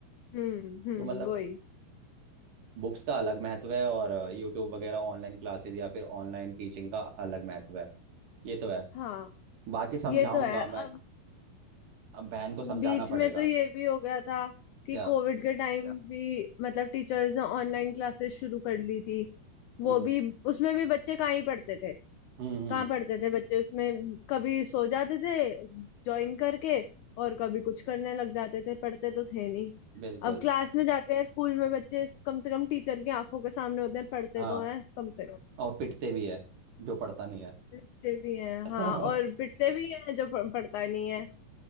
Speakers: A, on the left; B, on the right.
A: हम्म हम्म
B: तो मतलब
A: वही
B: बुक्स का अलग महत्व है और यूट्यूब वगैरह ऑनलाइन क्लासेस या फिर ऑनलाइन टीचिंग का अलग महत्व है ये तो है
A: हाँ
B: बाकी समझाऊंगा
A: ये तो है अब
B: मैं अब बहन को समझाना
A: बीच में
B: पड़ेगा
A: तो ये भी हो गया था कि
B: क्या
A: कोविड के टाइम भी मतलब टीचर्स ने ऑनलाइन क्लासेस शुरू कर ली थी
B: हम्म
A: वो भी उसमें भी बच्चे कहाँ ही पढ़ते थे
B: हम्म हम्म
A: कहाँ पढ़ते थे बच्चे उसमें कभी सो जाते थे ज्वाइन करके और कभी कुछ करने लग जाते थे पढ़ते तो थे नहीं
B: बिल्कुल
A: अब क्लास में जाते हैं स्कूल में बच्चे कम से कम टीचर की आंखों के सामने होते हैं पढ़ते
B: हाँ
A: तो हैं कम से कम
B: और पिटते भी है जो पढ़ता नहीं है
A: लिखते भी हैं
B: <laughs>
A: हाँ और पिटते भी हैं जो प- पढ़ता नहीं है